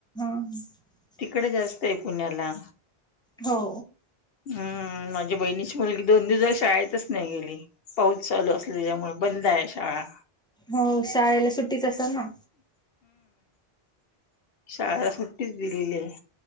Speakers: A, in the centre; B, on the left (about 65°).
A: ह.
B: इकडे जास्त आहे पुण्याला.
A: हो.
B: हम्म माझ्या बहिणीची मुलगी दोन दिवसला शाळेतच नाही गेली. पाऊच चालू असली त्यामुळे बंद आहे शाळा.
A: हो शाळेला सुट्टीच असल ना.
B: शळ सुट्टीच दिलेली आहे.